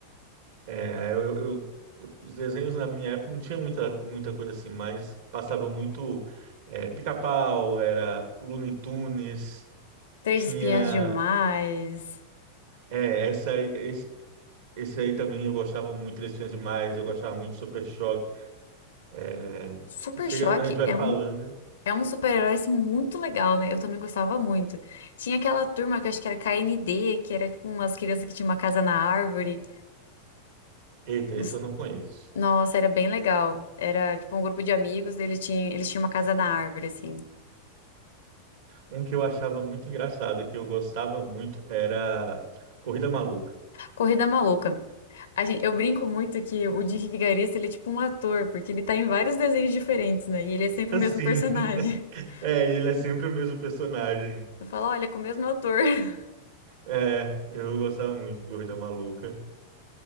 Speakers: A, on the right; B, on the left.
A: É, eu, eu- os desenhos na minha época não tinha muita, muita coisa assim, mas passava muito é, Pica-Pau, era Looney Tunes,
B: Três
A: tinha
B: Espiãs Demais.
A: é, essa, aí- esse, esse aí também eu gostava muito, Três Espiãs Demais, eu gostava muito de Super Choque. É,
B: Super
A: chega,
B: Choque
A: a gente vai
B: é
A: falando,
B: um, é um super-herói assim, muito legal, né? Eu também gostava muito. Tinha aquela turma que eu acho que era K N D que era tipo umas crianças que tinham uma casa na árvore.
A: eita,
B: Nos-
A: esse eu não conheço.
B: Nossa, era bem legal. Era tipo um grupo de amigos, eles tinham, eles tinham uma casa na árvore, assim.
A: Um que eu achava muito engraçado e que eu gostava muito era Corrida Maluca.
B: Corrida Maluca. A gente, eu brinco muito que o Dick Vigarista, ele é tipo um ator, porque ele tá em vários desenhos diferentes, né? E ele é sempre
A: <laughs> Assim,
B: o mesmo personagem. <laughs>
A: é, ele é sempre o mesmo personagem.
B: Eu falo, olha, é com o mesmo ator. <laughs>
A: É, eu gostava muito de Corrida Maluca.